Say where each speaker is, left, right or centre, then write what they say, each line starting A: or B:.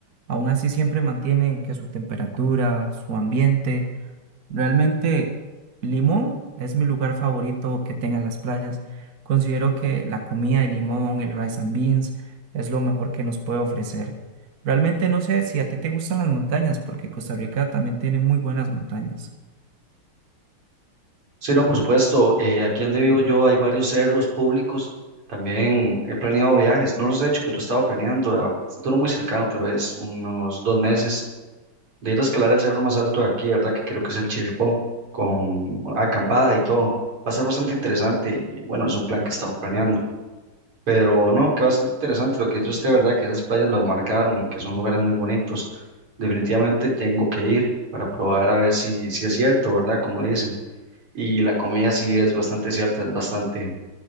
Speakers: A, on the right; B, on the right.
A: Aún así siempre mantienen que su temperatura, su ambiente. Realmente Limón es mi lugar favorito que tenga las playas. Considero que la comida de Limón, el rice and beans, es lo mejor que nos puede ofrecer. Realmente no sé si a ti te gustan las montañas, porque Costa Rica también tiene muy buenas montañas.
B: Sí, no, por supuesto. eh, aquí donde vivo yo hay varios cerros públicos. También he planeado viajes, no los he hecho, pero he estado planeando a futuro muy cercano, tal vez unos dos meses, de ir a escalar el cerro más alto de aquí, ¿verdad? Que creo que es el Chirripó, con acampada y todo. Va a ser bastante interesante y bueno, es un plan que he estado planeando. Pero no, que bastante interesante lo que dice usted, ¿verdad? Que esas playas las marcaron y que son lugares muy bonitos. Definitivamente tengo que ir para probar a ver si, si es cierto, ¿verdad? Como dicen. Y la comida sí es bastante cierta, es bastante,